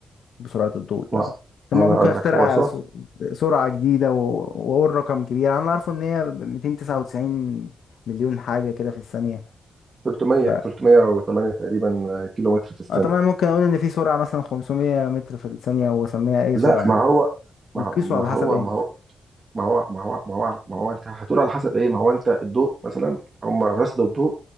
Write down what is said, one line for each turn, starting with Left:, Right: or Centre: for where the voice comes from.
Left: بسرعة الضوء
Right: و-
Left: يعني طب
Right: انا
Left: ما ممكن
Right: اقول
Left: اخترع
Right: لك هو صراحة
Left: س- سرعة جديدة و- واقول رقم كبير انا عارفه ان هي 299 مليون حاجة كده في الثانية
Right: 300
Left: ف...
Right: 308 تقريبا كيلو متر في الثانية
Left: آه، طب انا ممكن اقول ان في سرعة مثلا 500 متر في الثانية واسميها اي
Right: لا
Left: سرعة يعني
Right: ما هو ما
Left: بيقيسوا
Right: ما
Left: على
Right: هو
Left: حسب ايه
Right: ما هو ما هو ما هو ما هو, ما هو انت هتقول على حسب ايه ما هو انت الضوء مثلا هم رصدوا الضوء